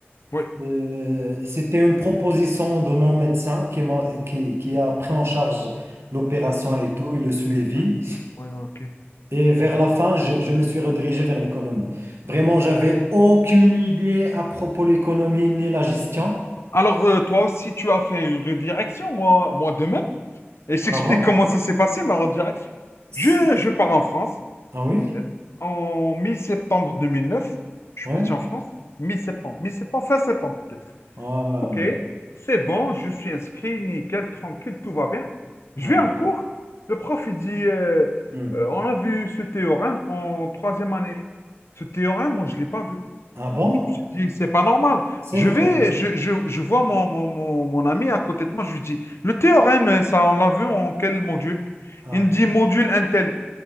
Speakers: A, on the left; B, on the right.
A: Oui.
B: Euh, c'était une proposition de mon médecin qui, m'a- qui, qui a pris en charge l'opération et
A: Oui.
B: tout, et le suivi.
A: Ouais. Ouais, ok.
B: Et vers la fin, je, je me suis redirigé vers l'économie. Vraiment, j'avais
A: Ok.
B: aucune idée à propos de l'économie ni la gestion
A: Alors, euh, toi aussi, tu as fait une redirection, moi, moi de même. Et je
B: avant.
A: t'explique comment ça s'est passé, ma redirection.
B: S-
A: Je, je pars en France.
B: Ah oui?
A: Euh, En mi-septembre 2009, je
B: Ouais?
A: suis parti en France. Mi-septembre. Mi-septembre, fin septembre, peut-être.
B: Ah,
A: Ok, c'est bon, je suis inscrit, nickel, tranquille, tout va bien. Je
B: ah,
A: vais en cours.
B: ah.
A: Le prof, il dit, euh,
B: hmm.
A: euh, on a vu ce théorème en troisième année. Ce théorème, moi, je ne l'ai pas vu.
B: Ah bon?
A: Je me suis dit, c'est pas normal.
B: C'est
A: Je
B: vrai.
A: vais, je, je- je vois mon, mon, mon- mon ami à côté de moi, je lui dis, le théorème, euh, ça, on l'a vu en quel module?
B: Ah
A: Il me dit, module Intel.